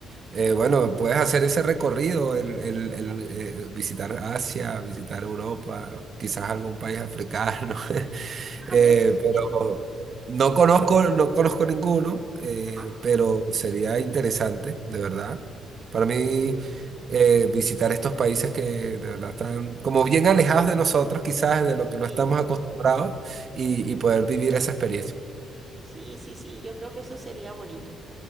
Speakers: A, on the right; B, on the right.
A: Eh, bueno, puedes hacer ese recorrido, el, el- el, eh, visitar Asia, visitar Europa, quizás algún país africano, <laughs>
B: Ah,
A: Eh,
B: bueno,
A: pero
B: sí.
A: no conozco, no conozco ninguno, eh,
B: Ajá.
A: pero sería interesante, de verdad. Para mí, eh, visitar estos países que de verdad están como bien alejados de nosotros, quizás de lo que
B: Sí,
A: no estamos acostumbrados, y y poder vivir esa experiencia.
B: sí, sí, sí, yo creo que eso sería bonito.